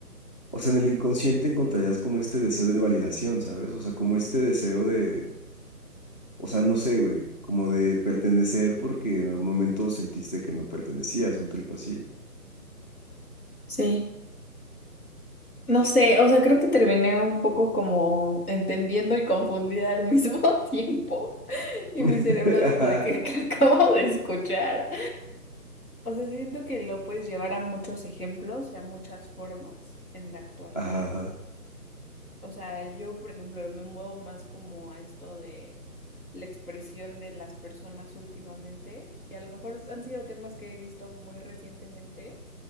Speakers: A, on the left; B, on the left.
A: o sea, en el inconsciente encontrarías como este deseo de validación, ¿sabes? O sea, como este deseo de, o sea, no sé, güey, como de pertenecer porque en algún momento sentiste que no pertenecías, un trip así.
B: Sí. No sé, o sea, creo que terminé un poco como entendiendo y confundida al mismo <laughs> tiempo. Y mi
A: <laughs>
B: cerebro dijo
A: Ajá,
B: de que, <laughs> que acabo de escuchar. O sea, siento que lo puedes llevar a muchos ejemplos y a muchas formas en la actualidad.
A: ajá,
B: O sea, yo, por ejemplo, me muevo más como a esto de la expresión de las personas últimamente, y a lo mejor han sido temas que he visto muy recientemente,